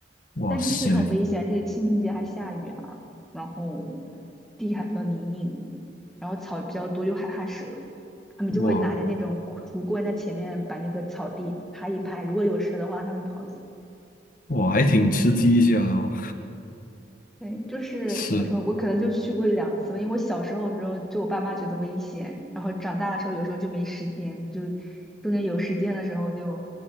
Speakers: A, on the left; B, in the centre.
A: 哇塞，
B: 但确实很危险，而且清明节还下雨啊，然后地还比较泥泞，然后草比较多，又害怕蛇，他们就会拿着那种竹棍在前面把那个草地拍一拍，
A: 哇
B: 如果有蛇的话，他们跑。
A: 哇，还挺吃鸡一下的哦。
B: 对，就是怎么说，
A: <laughs> 是
B: 我可能就去过一两次吧，因为我小时候的时候，就我爸妈觉得危险，然后长大的时候有时候就没时间，就是中间有时间的时候就